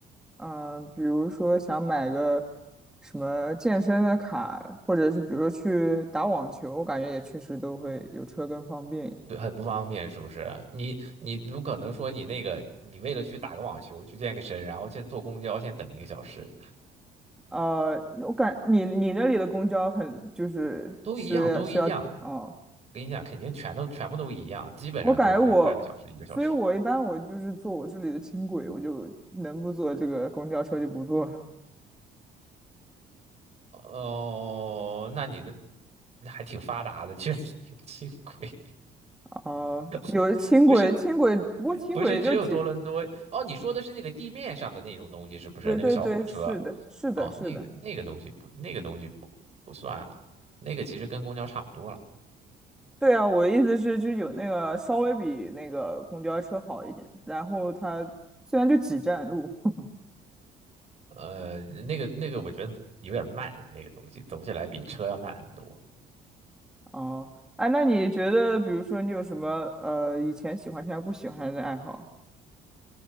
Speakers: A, in the centre; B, on the right (about 40°).
A: 嗯、比如说想买个什么健身的卡，或者是比如说去打网球，我感觉也确实都会有车更方便一点。
B: 对，很不方便，是不是？你你不可能说你那个，你为了去打个网球，去健个身，然后先坐公交，先等一个小时，
A: 呃，我感你你那里的公交很就是是需要哦，
B: 都一样，都一样。跟你讲，肯定全都全部都一样，基本上都是半个小时一个小时。
A: 我感觉我，所以我一般我就是坐我这里的轻轨，我就能不坐这个公交车就不坐了
B: 哦，那你的那还挺发达的，居然有轻轨，
A: 啊、
B: <laughs>
A: 有轻轨，
B: 我不是
A: 轻轨，不过轻轨也就几，
B: 不是只有多伦多哦？你说的是那个地面上的那种东西是不是？
A: 对对对，
B: 那个小火车？
A: 是的，是的，
B: 哦，
A: 是的。
B: 那个那个东西不，那个东西不不算了，那个其实跟公交差不多了。
A: 对啊，我的意思是，就是有那个稍微比那个公交车好一点，然后它虽然就几站路，<laughs>
B: 呃，那个那个我觉得有点慢，那个东西走起来比车要慢很多。
A: 哦，哎，那你觉得，比如说你有什么呃以前喜欢现在不喜欢的爱好？